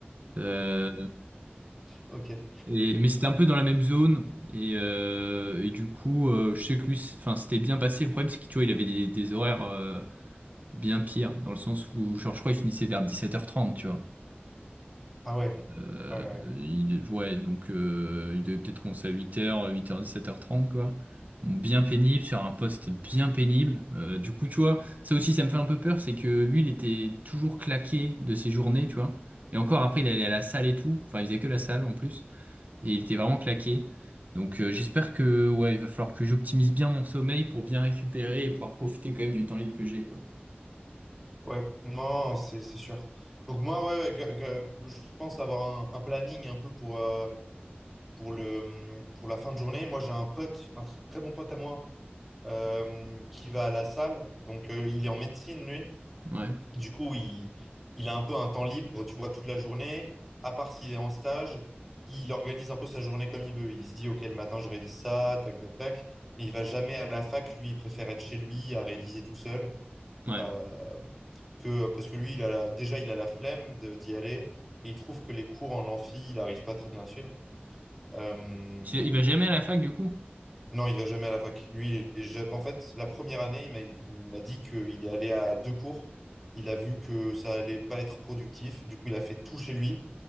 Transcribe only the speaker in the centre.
Ok.
Ah ouais,
ouais, ouais.
Ouais. Non, c'est c'est sûr. Donc moi, ouais, ouais, que- que- je pense avoir un, un planning un peu pour, euh, pour le, hum, pour la fin de journée. Moi, j'ai un pote, un tr- très bon pote à moi, euh, qui va à la salle. Donc, euh, il est en médecine, lui.
Du coup, il, il a un peu un temps libre, tu vois, toute la journée, à part s'il est en stage, il organise un peu sa journée comme il veut. Il se dit, OK, le matin, je révise ça, tac, tac, tac. Mais il va jamais à la fac, lui, il préfère être chez lui à réviser tout seul.
euh, que, parce que lui, il a la- déjà, il a la flemme de- d'y aller. Et il trouve que les cours en amphi, il n'arrive pas très bien à suivre. Euh,
non, il va jamais à la fac. Lui, il est ja- en fait, la première année, il m'a il m'a dit qu'il est allé à deux cours. Il a vu que ça allait pas être productif. Du coup, il a fait tout chez lui.